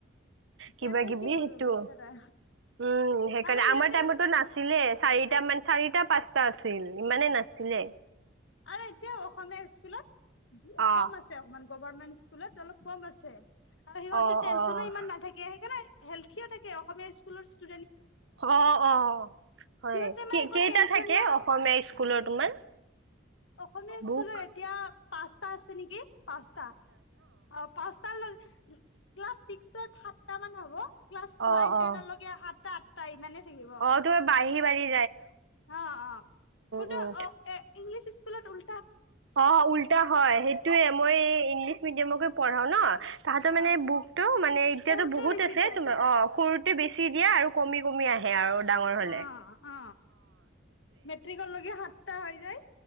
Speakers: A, on the left; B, on the right.
A: সিহঁতে
B: কিবা কিবি
A: কি কৰিব
B: সেইটো
A: বেচেৰা
B: উম সেইকাৰণে
A: আৰু সিহঁতে
B: আমাৰ টাইমতো
A: মানে
B: নাছিলে। চাৰিটা মান চাৰিটা পাঁচটা আছিল ইমানে নাছিলে।
A: আৰু এতিয়া অসমীয়া স্কুলত
B: অ
A: কম আছে অকমান গভৰমেন্ট ছ স্কুলত অলপ কম আছে আৰু সিহঁতৰ
B: অ
A: টেনচনো
B: অ
A: ইমান নাথাকে সেইকাৰনে হেলথিয়ে থাকে অসমীয়া স্কুলৰ ষ্টো
B: অ'- অ' হয়,
A: সিহঁতে মানে
B: কেই
A: একো
B: কেইটা
A: টেনচন
B: থাকে
A: নাই
B: অসমীয়া স্কুলৰ তোমাৰ।
A: অসমীয়া স্কুলৰ
B: বুক
A: এতিয়া পাঁচটা আছে নেকি। পাঁচটা অ' পাঁচটা লৈ ক্লাছ ছিক্সত সাতটা মান হ'ব ক্লাছ
B: অ
A: নাইন টেনলেকে
B: অ
A: সাতটা আঠটা ইমানে থাকিব
B: অ' তোমাৰ বাঢ়ি-বাঢ়ি
A: অ'- অ', কিন্তু
B: উম
A: অ' এ ইংলিছ স্কুলত উল
B: অ' উল্টা হয় সেইটোয়ে মই ইংলিছ মিডিয়ামকে পঢ়াও ন। তাহাঁতৰ
A: অ
B: মানে বুকটো মানে এতিয়াতো
A: সৰুতে
B: বহুত
A: বেছি
B: আছে
A: দিয়ে
B: তোমাৰ অ' সৰুতে বেছ চি দিয়ে আৰু কমি-কমি আহে আৰু। ডাঙৰ হলে
A: অ, অ, মেট্ৰিক লগকে সাতটা হৈ যায়।